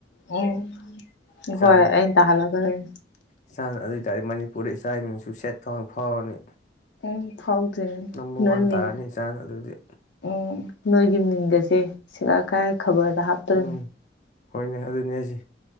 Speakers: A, on the left (about 80°); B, on the left (about 40°).
A: ꯎꯝ
B: ꯏꯆꯥꯅ
A: ꯍꯣꯏ ꯑꯩꯅ ꯇꯥꯍꯜꯂꯛꯀꯗꯣꯢꯟꯅ
B: ꯏꯆꯥꯅ ꯑꯗꯨ ꯑꯣꯏꯇꯥꯔꯗꯤ ꯃꯅꯤꯄꯨꯔꯗ ꯏꯆꯥꯒꯤ ꯃꯤꯡꯁꯨ ꯁꯦꯠ ꯊꯣꯛꯅ ꯐꯥꯎꯔꯅꯤ
A: ꯎꯝ ꯐꯥꯎꯗꯣꯢꯅꯤ
B: ꯅꯝꯕꯔ
A: ꯅꯣꯏꯃꯤꯡꯗꯨ
B: ꯋꯥꯟ ꯇꯥꯔꯅꯤ ꯏꯆꯥꯅ ꯑꯗꯨꯗꯤ
A: ꯎꯝ ꯅꯣꯏꯒꯤ ꯃꯤꯡꯒꯁꯦ ꯁꯦꯒꯥꯛ ꯀꯥꯏꯔ ꯈꯕꯔꯗ ꯍꯥꯞꯇꯣꯔꯤꯝ
B: ꯎꯝ ꯍꯣꯏꯅꯦ ꯑꯗꯨꯅꯦ ꯍꯥꯢꯁꯤ